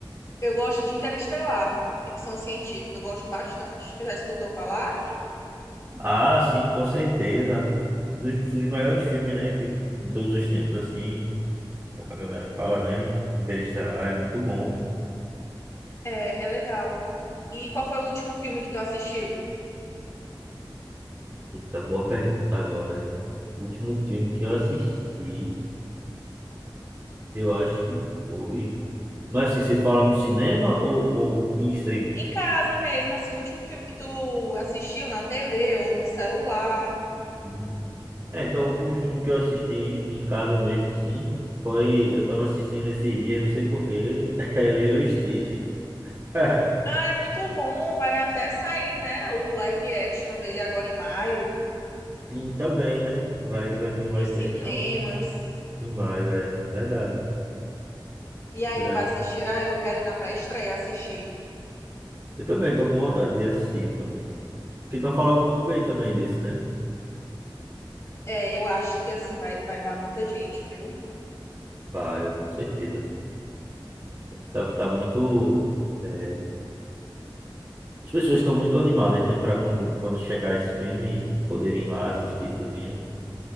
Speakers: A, on the left; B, on the right.
A: Eu gosto de Interestelar, ficção científica, eu gosto bastante. Tu já escutou falar?
B: Ah, sim, com certeza. Um dos, dos maiores filmes, né? Que, de todos os tempos, assim. a galera fala, né? Interestelar é muito bom.
A: É, é legal. E qual foi o último filme que tu assistiu?
B: Eita, boa pergunta agora. O último filme que eu assisti, eu acho que foi. Mas assim, você fala no cinema ou, ou em streaming?
A: Em casa mesmo, assim, o último filme que tu assistiu na TV ou no celular?
B: Hum. É, então o último filme que eu assisti em casa mesmo, assim, foi. Eu tava assistindo esses dias, não sei porquê, <laughs> é Lilo e Stitch. <laughs>
A: Ah, é muito bom. Vai até sair, né? O live action dele agora em maio,
B: Sim, também, né? Vai, vai vir um
A: nos
B: live
A: cinemas.
B: action em maio, é verdade.
A: E aí
B: Verdade.
A: tu vai assistir. Ah, eu quero ir na pré-estreia assistir.
B: Eu também tô com vontade de assistir também. que estão falando muito bem também desse, né?
A: É, eu acho que assim vai, vai dar muita gente, viu?
B: Vai, com certeza. Tá, tá muito. é, as pessoas estão muito animadas, né? Para quando, quando chegar esse filme e poderem ir lá assistir tudinho.